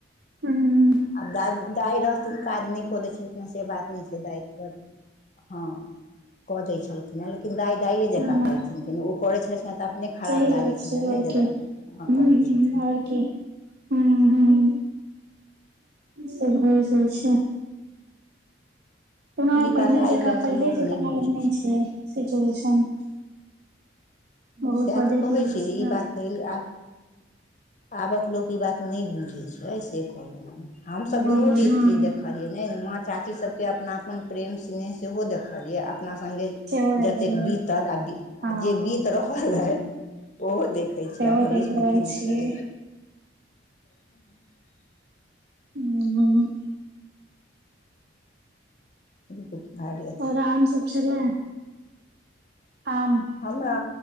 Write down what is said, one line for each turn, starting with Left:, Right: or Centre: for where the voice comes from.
Right: हूँ
Left: आब दाद दाइ रहथिन नय कऽ दै छलना से बात नय छै दाय ब हँ कऽ दय छलखिन लेकिन दाइ दाइए जकरा
Right: हूँ
Left: करथिन किने ओ करै छलखिनँ तऽ अपने खराब
Right: सही बात
Left: लागै छलनि
Right: छै आओर
Left: ने जे
Right: की
Left: माँ
Right: हूं
Left: करै
Right: हूं
Left: छथिन
Right: आओर की हूं हूं सब होइ जाइ छै ओना
Left: ई
Right: ओ पहिले
Left: बात आइ
Right: जकाँ
Left: काल्हिके
Right: पहिले
Left: लोक
Right: जकाँ
Left: नहि बुझै
Right: आब नै छै सिचुएशन बहुत
Left: सएह तऽ कहै छी जे ई
Right: <unintelligible>
Left: बात पहिल आब आबक लोक ई बात नय बुझै छै से कहलौं हँ हम सभ
Right: हँ
Left: दुनू जी
Right: हँ
Left: चीज देखलियै नय माँ चाची सभके अपनापन प्रेम स्नेह सेहो देखलयै अपना संगे
Right: सेहो देखलियै
Left: जतेक बीतल आ
Right: हँ
Left: आ जे बीत <unintelligible> ओहो देखै
Right: सेहो
Left: छी आ भविष्य
Right: देख
Left: मे
Right: रहल
Left: की लिखल
Right: छियै
Left: <inaudible>
Right: हूं
Left: बहुत भारिया
Right: आओर आम सब छेलै आम
Left: हमरा